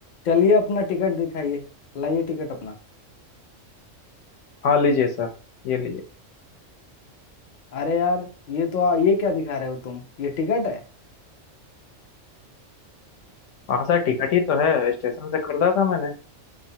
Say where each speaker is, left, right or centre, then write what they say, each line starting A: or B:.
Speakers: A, on the left; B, on the left.
A: चलिए अपना टिकट दिखाइए लाइए टिकट अपना
B: हाँ लीजिए सर ये लीजिए
A: अरे यार ये तो आ, ये क्या दिखा रहे हो तुम ये टिकट है
B: हाँ सर टिकट ही तो है स्टेशन से खरीदा था मैंने